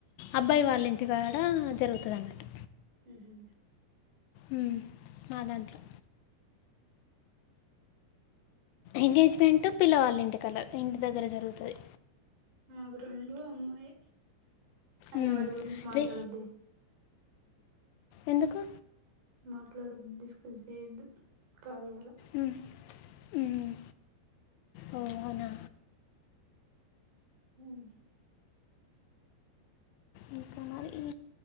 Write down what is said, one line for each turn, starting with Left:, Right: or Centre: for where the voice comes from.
Left: అబ్బాయి వాళ్ళింటి కాడా జరుగుతది అన్నట్టు
Right: ఉహూ
Left: ఉమ్ మా దాంట్లో ఎంగేజ్మెంట్ పిల్లవాళ్ళ ఇంటి కలర్ ఇంటి దగ్గర జరుగుతది
Right: మాకు రెండు అమ్మాయే అయిన
Left: మ్మ్.
Right: వాటి గురించి మాట్లాడొద్దే
Left: రే ఎందుకు
Right: మాట్లాడు డిస్కస్ జెయ్యద్దు కార్యాల
Left: మ్మ్. మ్మ్. ఓ ఔనా
Right: మ్మ్
Left: ఇంకామరి ఈ